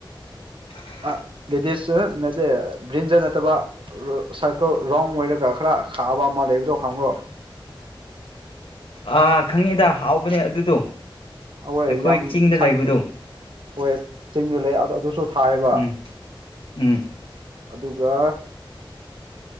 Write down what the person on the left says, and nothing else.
ꯑ <inaudible>
ꯑ ꯈꯪꯉꯦꯗ ꯍꯥꯎꯕꯅꯦ ꯑꯗꯨꯗꯣ
ꯑꯩꯈꯣꯏ
ꯆꯤꯡꯗ
ꯂꯩꯕꯗꯣ
ꯎꯝ ꯎꯝ